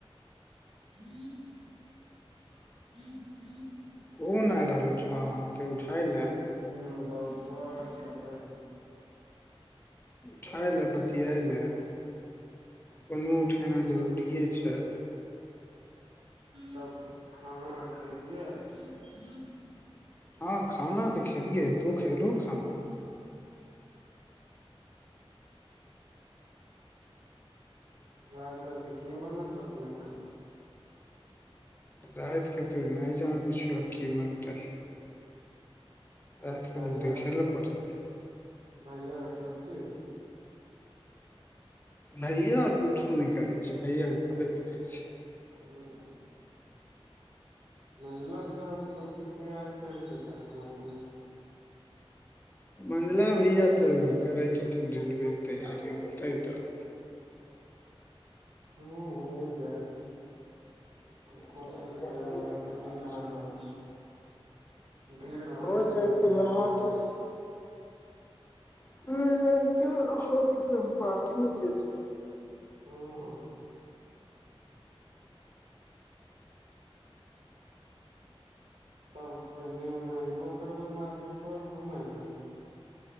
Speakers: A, on the right (about 85°); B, on the left (about 20°).
A: <inaudible>
B: फोन आय रहल छा अहाँ के उठाय ला।
A: हुं बौअवा आर करै हो
B: उठाए लाय बतियाय लाए, फोनो उठेनाय जरूरिये छै।
A: तब खाना आर खैलियै। <inaudible>
B: हां खाना तऽ खेलियै तु खैलु खाना।
A: राति औरके की बनत अपने क?
B: राति के तऽ नहि जानै छियो की बनतै? राति कोनो
A: भैया
B: देखय लए पड़तै।
A: भैया डियुटी?
B: भैया किछो नहि करै छै, भैया घरे पर रहै छै।
A: हूँ आ मैझला भैयाअभी अभी कोन चीज तैयारी करिते छथिन अपने क?
B: मझला भैया त करय छथिन रेलवे के तैयारी होतै त न
A: हूँ ह <unintelligible> होयत जा <unintelligible> कोशिश
B: जायत तऽ
A: करय बला
B: बढ़िआँ
A: के थोड़ी हार
B: छै
A: होय छय। देर होय
B: हो
A: छय
B: जायत
A: लेकिन
B: तऽ
A: होइ
B: अहाँके
A: जाइ छय।
B: <unintelligible> होतय पार्टी न देतय।
A: हूँ ह तब पहिने ओने अयबो करबय मार्केटो और घुमय ले।